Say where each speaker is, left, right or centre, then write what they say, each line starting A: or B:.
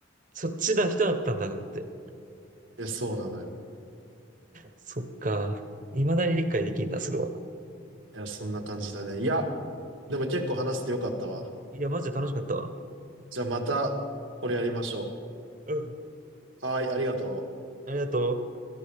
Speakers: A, on the right (about 40°); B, on the right (about 80°).
A: そっちだ人だったんだと思って。
B: いや、そうなのよ。
A: そっか。未だに理解できんな、それは。
B: いや、そんな感じだね。いや、でも結構話してよかったわ。
A: いや、マジで楽しかったわ。
B: じゃあまた、これやりましょ
A: うん。
B: う。はーい、ありがとう。
A: ありがとう。